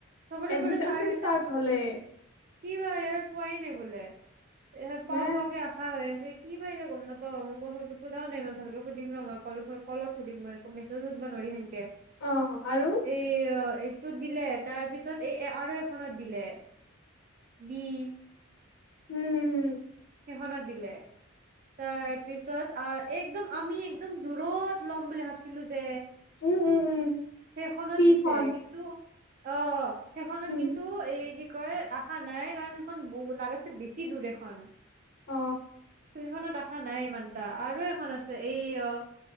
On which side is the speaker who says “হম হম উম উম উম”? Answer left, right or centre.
Left